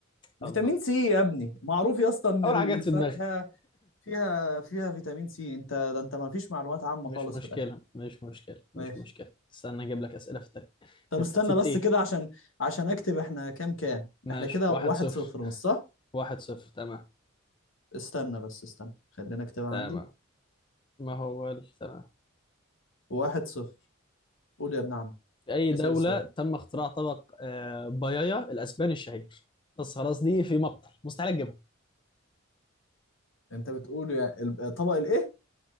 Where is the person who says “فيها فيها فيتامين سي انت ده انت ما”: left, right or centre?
Left